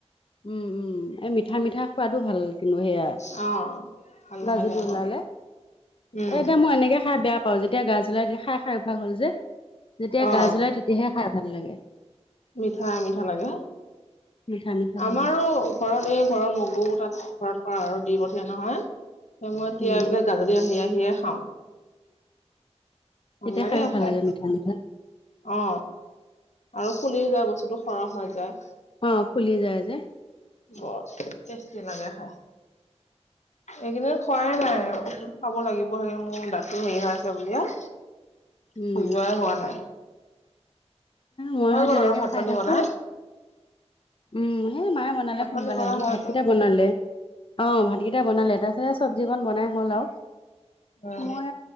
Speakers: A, on the left; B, on the left.
A: উম উম এই মিঠা মিঠা খোৱাদো ভাল কিন্তু সেয়া
B: অ ভাল
A: গাজুলি
B: লাগে আকৌ
A: ওলালে
B: উম,
A: এ এতিয়া মই এনেকে খাই বেয়া পাৰ যেতিয়া গাজ ওলাই তেতিয়া খাই খাই অভিয়াখ হ'ল যে যেতিয়া
B: অ',
A: গাজ ওলাই তেতিয়াহে খাই ভাল লাগে
B: মিঠা মিঠা লাগে
A: মিঠা মিঠা
B: আমাৰো
A: লাগে
B: ঘৰত এই ঘৰৰ মগু তাত ঘৰত কৰা আৰু দি পঠিয়াই নহয় সময় মই তিয়াবিলাক
A: উম
B: গাজৰি আহি আহিয়ে খাওঁ ভাল
A: তেতিয়া
B: লাগে
A: খাইও ভাল
B: খাই
A: মিঠা মিঠা।
B: অ আৰু ফুলি যায় বস্তুটো সৰহ হৈ যায়
A: অ ফুলি যায় যে
B: বৰ টেষ্টি লাগে খাই এইকেইদিন খোৱাই নাই খাব লাগিব হেৰি মোৰ দাতো হেৰি হৈ আছে বুলিয়ে
A: উম,
B: সেই যোৱা হোৱা নাই
A: মই
B: হৈ
A: সে
B: গ'ল
A: তেনেকে
B: আৰু ভাত
A: খাই
B: পানী
A: থাকোৱে
B: বনাই
A: উম সে মায়ে মা সোনকালে
B: ভাত
A: সোনকালে
B: পানী বনাই
A: শুৱ
B: হৈ
A: ভাতকেইটা
B: গ'ল
A: বনালে অ ভাতকেইটা বনালে তাৰ পিছতে চব্জিখনন বনাই হ'ল আও
B: উম
A: মই